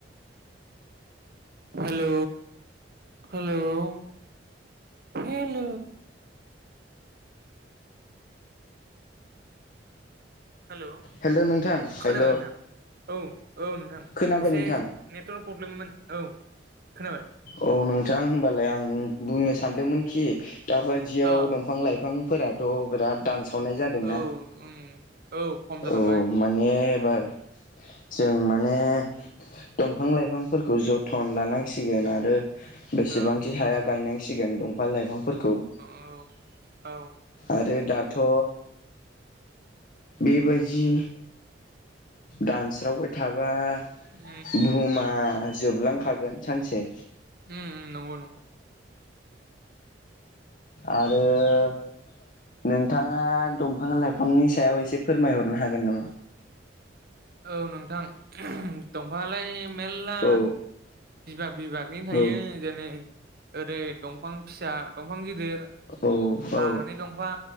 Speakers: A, on the right; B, on the left.
A: hello hello hello hello
B: हेल' नोंथां हेल'
A: खोनाबाय नोंथां औ औ नोंथां
B: खोनाबाय
A: एसे
B: नोंथां
A: नेटवारक प्रब्लेममोन औ खोनाबाय।
B: औ नोंथां हबालाय आं बुंनो सानदोंमोनखि दाबायदियाव
A: अ
B: दंफां लाइफां बिफांफोराथ' बिराद दानसावनाय जादोंना
A: औ उम औ खम जालांबाय
B: औ मा एबार जों माने दंफां लाइफांफोरखौ जथोन लानांसिगोन आरो। रो बेसेबांखि
A: औ
B: हाया गायनांसिगोन दंफां लाइफांफोरखौ
A: औ औ
B: आरो दाथ' बेबायदि दानस्रावबाय थाबा
A: उ
B: बुहुमा जोबलांखागोन सानसे
A: ओम नंगौ नंगौ
B: आरो नोंथाङा दंफां लाइफांनि सायाव एसे फोरमायहरनो हागोन नामा।
A: औ नोंथां दंफायालाय मेरला
B: औ
A: बिभाग बिभागनि थायो
B: औ
A: जेनै ओरै दंफां फिसा दंफां गिदिर
B: औ औ
A: हाग्रानि दंफां